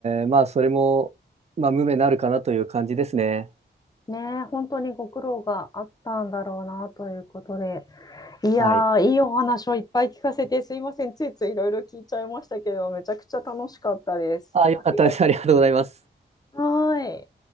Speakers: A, on the right; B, on the left.
A: ーまあ、それも、まあ、無名になるかなという感じですね。
B: ねえ、本当にご苦労があったんだろうなということで。いやー、
A: はい。
B: いいお話をいっぱい聞かせてすいません。ついついいろいろ聞いちゃいましたけど、めちゃくちゃ楽しかったです。
A: あ、よかったです。
B: ありがと
A: ありがとうございます。
B: う。はーい。